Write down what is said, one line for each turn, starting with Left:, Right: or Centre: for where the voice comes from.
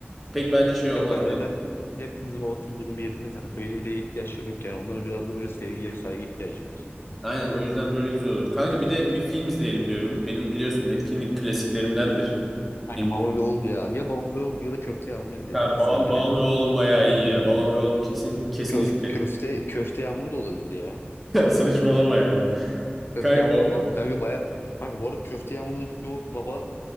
Centre: pek bence şey olmaz.
Left: yok kanka zaten hepimizin babasının durumu yerinde kanka. Böyle hediyeye ihtiyaçları yok yani. Onların biraz da böyle sevgiye saygı ihtiyacı var.
Centre: Aynen o yüzden böyle güzel olur. Kanka bir de bir film izleyelim diyorum. Benim biliyorsun etkinlik klasiklerimdendir.
Left: Kanka
Centre: Film.
Left: baba ve oğul ya. Ya baba ve oğul ya da köfte yağmuru izleyelim
Centre: Ha,
Left: ikisinden
Centre: babam,
Left: biri.
Centre: babam ve oğlum bayağı iyi ya. Babam ve oğlumu kesin kesin
Left: Köf
Centre: izlerim.
Left: köfte köfte yağmuru da olabilir ya.
Centre: Ya saçmalama ya.
Left: Köfte
Centre: Kanka
Left: yağmuru
Centre: ba-
Left: olmaz mı? Kanka baya kanka bu arada köfte yağmurundaki o baba